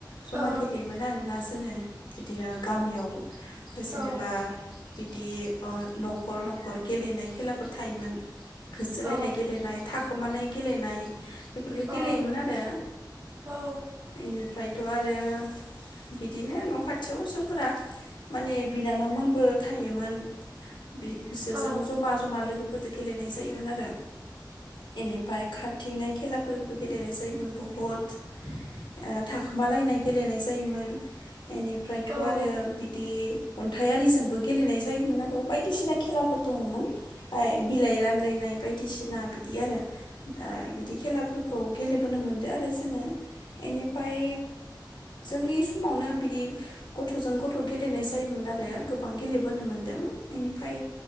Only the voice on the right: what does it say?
ओ
औ
औ
औ
औ
औ
औ
औ